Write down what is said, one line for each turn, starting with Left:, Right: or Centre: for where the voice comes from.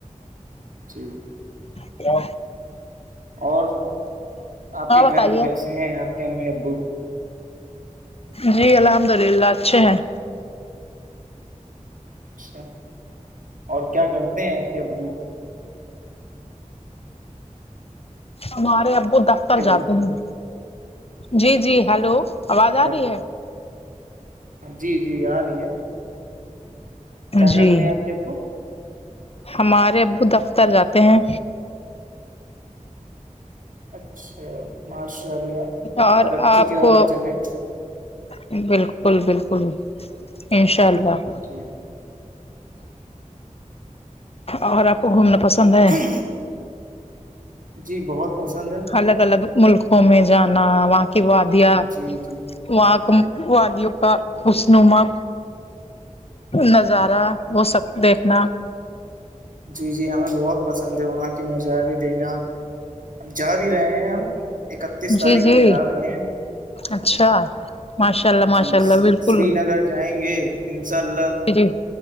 Right: جی
Left: کیا
Right: اور آپ کے گھر
Left: بتائیے
Right: میں کیسے ہیں آپ کے امی ابو
Left: جی الحمد للہ اچھے ہیں
Right: اچھا اور کیا کرتے ہیں آپ کے ابو
Left: ہمارے ابو دفتر
Right: ہیلو
Left: جاتے ہیں جی جی ہیلو آواز
Right: ڈاکٹر
Left: آ رہی ہے
Right: جی جی آ رہی ہے کیا کرتے
Left: جی
Right: ہیں آپ کے ابو
Left: ہمارے ابو دفتر جاتے ہیں
Right: اچھا ماشاء اللہ
Left: اور
Right: ترقی
Left: آپ
Right: کی راہ
Left: کو
Right: میں چلیں
Left: بالکل بالکل انشاء اللہ
Right: جی
Left: اور آپ کو گھومنا پسند ہے
Right: جی جی بہت پسند ہے
Left: الگ الگ ملکوں میں جانا وہاں کی وادیا
Right: جی جی
Left: وہاں وادیوں کا خسنما نظارہ وہ سب دیکھنا
Right: جی جی ہمیں بہت پسند ہے وہاں کے نظارے دیکھنا جا بھی رہے ہیں ہم اکتیس تاریخ
Left: جی جی
Right: کو جا رہے ہیں
Left: اچھا ماشاء اللہ ماشاء
Right: جی
Left: اللہ بالکل
Right: سری نگر جائیں گے ان شاء اللہ
Left: جی جی